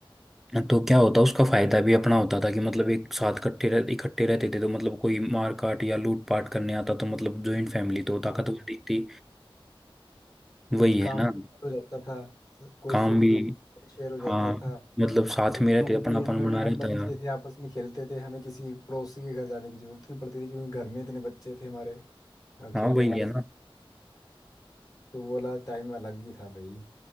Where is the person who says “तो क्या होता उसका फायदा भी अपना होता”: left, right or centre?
Centre